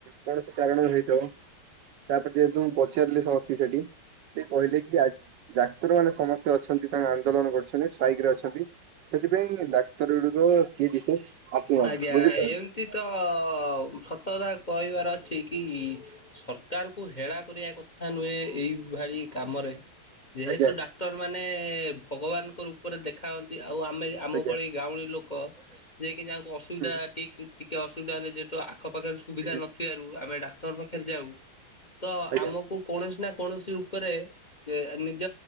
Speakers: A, on the right; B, on the left.
A: କୌଣସି କାରଣ ହେଇଥବ। ତାପରେ ଯେହେତୁ ମୁଁ ପଚାରିଲି ସମସ୍ତିଙ୍କି ସେଠି। ସେ କହିଲେ କି ଆଜି ଡାକ୍ତର ମାନେ ସମସ୍ତେ ଅଛନ୍ତି। ତାଙ୍କ ଆନ୍ଦୋଳନ କରୁଛନ୍ତି ଷ୍ଟ୍ରାଇକ୍ ରେ ଅଛନ୍ତି। ସେଥିପାଇଁ ଡାକ୍ତର ଗୁଡିକ କିଏ ବିଶେଷ ଆସିନାହାନ୍ତି
B: ଆଜ୍ଞା
A: ବୁଝିଲେ ଆଜ୍ଞା।
B: ଏମିତି ତ ସତ କଥା କହିବାର ଅଛି। କି ସରକାରଙ୍କୁ ହେଳା କରିବା କଥା ନୁହେଁ। ଏଇଭଳି କାମରେ। ଯେହେତୁ
A: ଆଜ୍ଞା
B: ଡାକ୍ତରମାନେ ଭଗବାନଙ୍କ ରୂପରେ ଦେଖାଅ ଆଉ ଆମେ ଆମ
A: ଆଜ୍ଞା
B: ଭଳି ଗାଉଁଳି ଲୋକ ଯିଏ କି ଯାହାଙ୍କୁ ଅସୁବିଧା
A: ହୁଁ
B: ଟି ଟିକେ ଟିକେ ଅସୁବିଧା ହେଲେ ଯେହେତୁ ଆଖପାଖରେ ସୁବିଧା
A: ଆଜ୍ଞା
B: ନଥିବାରୁ ଆମେ ଡା ପାଖରେ ଯାଉ ତ
A: ଆଜ୍ଞା
B: ଆମକୁ
A: ଆଜ୍ଞା
B: କୌଣସି ନା କୌଣସି ରୂପରେ ନିଜ